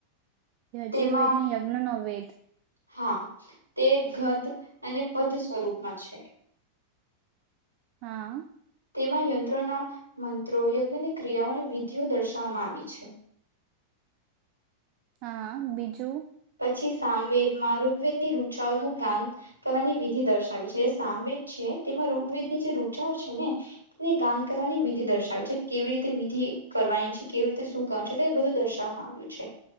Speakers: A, on the right; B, on the left.
A: યજુર્વેદને
B: તેમાં
A: યજ્ઞ ન વેદ
B: હા તે ઘદ અને પદ સ્વરૂપમાં છે.
A: હા
B: તેમાં યંત્રોના મંત્રો યજ્ઞની ક્રિયાઓ અને વિધિઓ દર્શાવવામાં આવી છે.
A: હા બીજું
B: પછી સામવેદ માં ઋગ્વેદ ની રુચાઓનું ગાન કરવાની વિધિ દર્શાવી છે સામવેદ છે તેમાં ઋગ્વેદની જે રૂચાઓ છે ને તેને ગાન કરવાની વિધિ દર્શાવી છે કેવી રીતે વિધિ કરવાની છે કેવી રીતે શું કરવા છે બધું દર્શાવવામાં આવ્યું છે